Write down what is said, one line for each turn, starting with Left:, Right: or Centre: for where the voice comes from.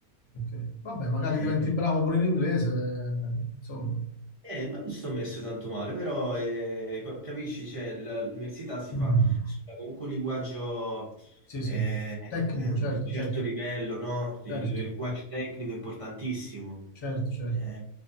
Left: Ok, ok. Vabbè, magari
Right: Eh,
Left: diventi bravo pure in inglese, eh, insomma.
Right: Eh, ma non ci sono messo tanto male, però eh, co- capisci, cioè, l- l'università si
Left: Mm.
Right: fa si fa comunque un linguaggio
Left: Sì,
Right: eh,
Left: sì. Tecnico,
Right: eh,
Left: certo,
Right: di un certo
Left: certo,
Right: livello, no?
Left: certo,
Right: Il linguaggio tecnico è importantissimo.
Left: certo, certo.
Right: Eh,